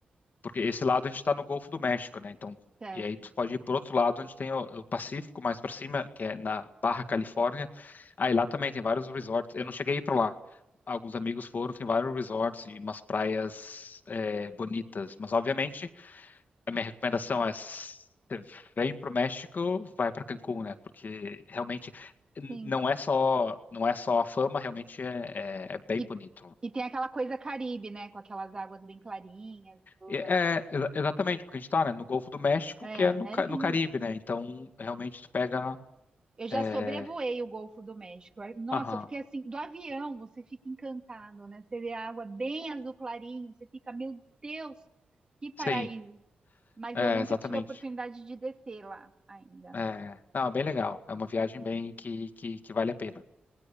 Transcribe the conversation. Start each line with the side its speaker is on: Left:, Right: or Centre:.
Left: porque esse lado a gente está no Golfo do México, né? Então,
Right: certo.
Left: e aí tu pode ir pro outro lado onde tem o, o Pacífico mais para cima, que é na Barra Califórnia. Aí lá também tem vários resorts. Eu não cheguei para lá. Alguns amigos foram, tem vários resorts e umas praias é, bonitas, mas obviamente A minha recomendação é você vem para o México, vai para Cancún, né? Porque realmente n-
Right: Sim.
Left: não é só não é só a fama, realmente é, é- é bem
Right: E,
Left: bonito.
Right: e tem aquela coisa Caribe, né? Com aquelas águas bem clarinhas e tudo,
Left: E É
Right: né?
Left: exa- exatamente porque a gente está, né, no Golfo do México,
Right: É,
Left: que é no, Ca-
Right: é lindo.
Left: no Caribe, né? Então realmente tu pega,
Right: Eu já
Left: é,
Right: sobrevoei o Golfo do México. Aí, Nossa,
Left: aham,
Right: eu fiquei assim, do avião você fica encantado, né? Você vê a água bem azul clarinho, você fica, meu Deus, que paraíso.
Left: sim,
Right: Mas
Left: é,
Right: eu nunca
Left: exatamente.
Right: tive a oportunidade de descer lá ainda.
Left: É, não, é bem legal. É uma viagem bem que, que, que vale a pena.